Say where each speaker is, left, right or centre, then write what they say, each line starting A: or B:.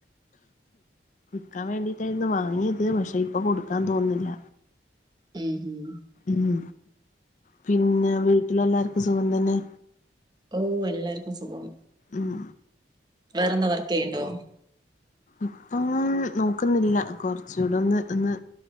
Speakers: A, on the left; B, on the right.
A: വിക്കാൻ വേണ്ടിട്ടായിരുന്നു വാങ്ങിയത് പക്ഷേ ഇപ്പൊ കൊടുക്കാൻ തോന്നുന്നില്ല.
B: ഉം ഉം
A: ഉം പിന്നെ വീട്ടിലെല്ലാർക്കും സുഖം തന്നേ?
B: ഓഹ് എല്ലാർക്കും സുഖം
A: ഉം
B: വേറെന്താ വർക്ക് ചെയ്യണ്ടോ?
A: ഇപ്പൊ നോക്കുന്നില്ല കൊറച്ചൂടെ ഒന്ന് ഒന്ന്